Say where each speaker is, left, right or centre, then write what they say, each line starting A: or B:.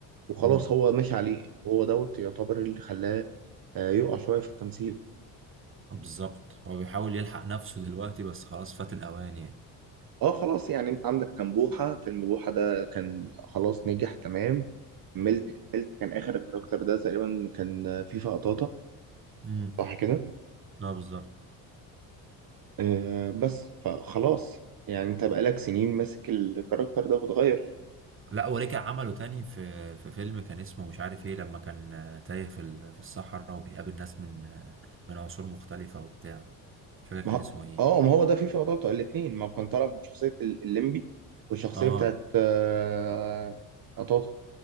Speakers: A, on the right; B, on the right.
A: وخلاص
B: مم،
A: هو ماشي عليه هو دوت يعتبر اللي خلاه آه، يقع شوية في التمثيل
B: بالظبط هو بيحاول يلحق نفسه دلوقتي بس خلاص فات الاوان يعني
A: اه خلاص يعني انت عندك كان بوحة فيلم بوحة ده كان خلاص نجح تمام كملت
B: مم،
A: كملت كان اخر الكاركتر ده تقريبا كان فيفا قطاطة
B: مم.
A: صح كده
B: اه بالظبط
A: آه بس فخلاص يعني انت بقالك سنين ماسك الكاركتر ده وتغير
B: لا ورجع عمله تاني في في فيلم كان اسمه مش عارف ايه لما كان آه، تايه في ال- في الصحراء وبيقابل ناس من آه، من عصور مختلفة وبتاع مش فاكر
A: ما
B: كان
A: هو-
B: اسمه ايه
A: اه ما هو ده فيفا قطاطة الاتنين ما هو كان طالع من شخصية ال- الليمبي والشخصية
B: اه
A: بتاعت آه، قطاطة